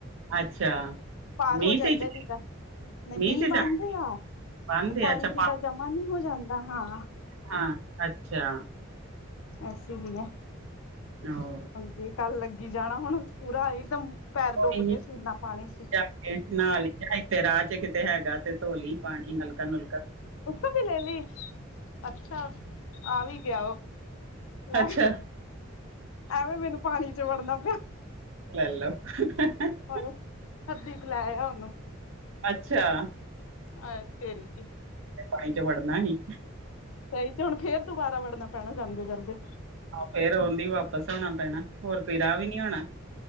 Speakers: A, on the right; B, on the left.
A: ਅੱਛਾ
B: ਪਾਰ
A: ਮੀਂਹ
B: ਹੋ ਜਾਈਦਾ
A: ਚ
B: ਜਿੱਦਾਂ ਨਹੀਂ ਮੀਂਹ
A: ਚ
B: ਬਾਂਦੇ
A: ਜਾਣ
B: ਆ
A: ਪਾਂਦੇ
B: ਉਹ ਪਾਣੀ
A: ਆ, ਅੱਛਾ
B: ਜਿੱਦਾਂ ਜਮਾ ਨਹੀਂ ਹੋ ਜਾਂਦਾ ਹਾਂ।
A: ਹਾਂ, ਅੱਛਾ।
B: ਇਸੇ ਲੀਏ
A: ਆਹੋ!
B: ਹਾਂਜੀ, ਡਰ ਲੱਗੀ ਜਾਣਾ। ਹੁਣ ਪੂਰਾ ਇਕਦਮ ਪੈਰ
A: ਕੋਈ
B: ਡੁੱਬ
A: ਨੀ
B: ਕੇ ਸੀ, ਇੰਨਾ ਪਾਣੀ ਸੀ।
A: ਜਾ ਨਾਲ ਹੀ ਜਾਂ ਇੱਥੇ ਰਾਹ ਚ ਕਿਤੇ ਹੈਗਾ? ਤੇ ਧੋਲੀ ਪਾਣੀ ਨਲਕਾ ਨੂੰ
B: ਉਸ ਤੋ ਵੀ ਲੈ ਲੀ, ਅੱਛਾ! ਆ ਵੀ ਗਿਆ ਉਹ ਲੈ,
A: ਅੱਛਾ
B: ਐਵੇਂ ਮੈਨੂੰ ਪਾਣੀ ਚ ਵੜਨਾ ਪਿਆ।
A: ਲੇਲੋ <unintelligible>
B: <inaudible>
A: ਅੱਛਾ,
B: ਅ ਤੇਰੀ ਕੀ
A: ਪਾਣੀ ਚ ਵੜਨਾ ਹੀ।
B: ਸਈ ਚ ਹੁਣ ਫੇਰ ਦੁਬਾਰਾ ਵੜਨਾ ਪੈਣਾ ਜਾਂਦੇ, ਜਾਂਦੇ।
A: ਫੇਰ ਓਨਾ ਵਾਪਿਸ ਆਣਾ ਪੈਣਾ, ਹੋਰ ਕੋਈ ਰਾਹ ਵੀ ਨਹੀਂ ਹੋਣਾ।